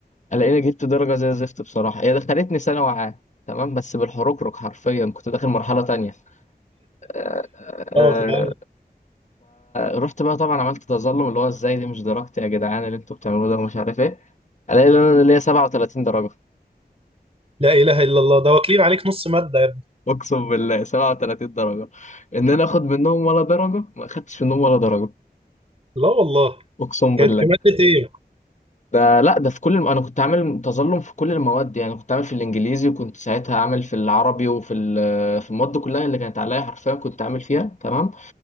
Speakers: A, on the left; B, on the right.
A: الاقيني جبت درجه زي الزفت بصراحه هي دخلتني ثانوي عام تمام بس بالحركرك حرفيا كنت داخل مرحله تانية آه، آه،
B: اه فاهم
A: فروحت بقى طبعا عملت تظلم اللي هو ازاي دي مش درجتي يا جدعان اللي انتوا بتعملوه ده ومش عارف ايه الاقي ان انا ليا 37 درجه
B: لا اله الا الله ده واكلين عليك نص ماده يا ابني
A: <laughs> اقسم بالله 37 درجه ان انا اخد منهم ولا درجه ما اخدتش منهم ولا درجه
B: لا والله
A: اقسم
B: كانت
A: بالله
B: في ماده ايه
A: ده لا ده في كل الم... انا كنت عامل تظلم في كل المواد يعني كنت عامل في الانجليزي وكنت ساعتها عامل في العربي وفي ال... في المواد كلها اللي كانت عليا حرفيا كنت عامل فيها تمام